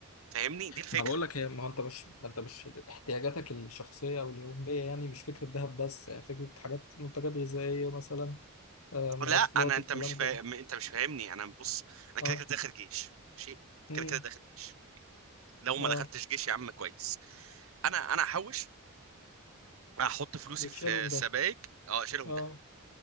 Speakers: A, on the right; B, on the left.
A: فاهمني دي الفكره
B: ما بقول لك هي ما هو انت مش ما انت مش احتياجاتك الشخصية واليومية يعني مش فكرة ذهب بس يعني فكرة حاجات منتجات غذائية مثلا آه مواصلات
A: لا انا انت
B: الكلام
A: مش فاهم
B: ده
A: انت مش فاهمني انا بص انا
B: اه
A: كده كده داخل جيش ماشي
B: امم
A: كده كده داخل جيش لو ما
B: اه
A: دخلتش جيش يا عم كويس انا انا هحوش هحط فلوسي
B: وتشيلهم
A: في سبائك
B: ده
A: اه اشيلهم
B: اه